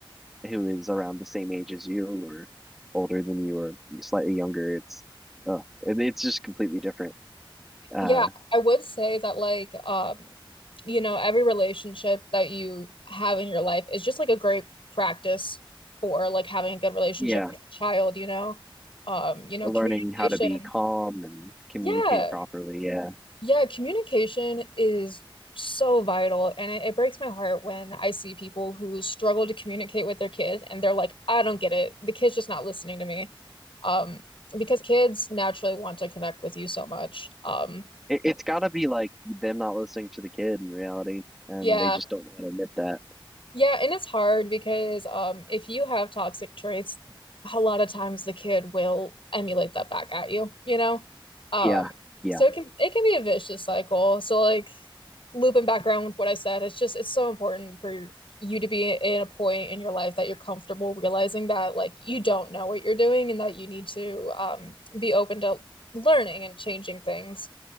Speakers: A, in the centre; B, on the left.
A: who is around the same age as you or older than you or slightly younger. It's oh, it, it's just completely different. Uh,
B: Yeah, I would say that like um you know every relationship that you have in your life is just like a great practice for like having a good relationship
A: yeah,
B: with a child, you know. Um, you know,
A: learning
B: communication.
A: how to be calm and communicate
B: Yeah.
A: properly. Yeah.
B: Yeah, communication is so vital and it, it breaks my heart when I see people who struggle to communicate with their kid and they're like, I don't get it. The kid's just not listening to me. Um, because kids naturally want to connect with you so much. Um,
A: It, it's got to be like them not listening to the kid in reality, and
B: yeah.
A: they just don't know how to admit that.
B: Yeah, and it's hard because um, if you have toxic traits, a lot of times the kid will emulate that back at you, you know? Um,
A: Yeah, yeah.
B: so it can it can be a vicious cycle. So like looping back around with what I said, it's just it's so important for you to be in a point in your life that you're comfortable realizing that like you don't know what you're doing and that you need to um, be open to learning and changing things.